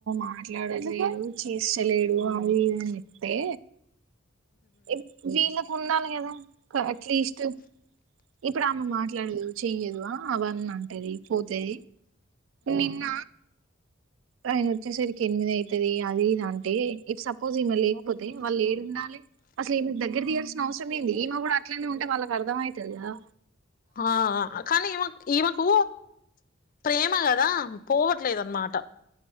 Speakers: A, on the right; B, on the left.
A: మాట్లాడట్లేదు చేస్తలేడు అవి ఇవి చెప్తే ఏ వీళ్ళకు ఉండాలి కదా, అట్లీస్ట్ ఇప్పుడు ఆమే మాట్లాడదు చెయ్యదు అ అవన్నీ అంటది పోతది నిన్న ఆయన వచ్చేసరికి ఎనిమిది అయితది అది ఇది అంటే ఇఫ్ సపోజ్ ఈమె లేకపోతే వాళ్లు ఏడుండాలి, అసలు ఈమెకు దగ్గర తీయాల్సిన అవసరం ఏంది ఈమె కూడా అట్లనే ఉంటే వాళ్లకి అర్థం అయితది కదా.
B: ఆ అ కానీ ఈమె ఈమెకు ప్రేమ కదా పోవట్లేదన్ మాట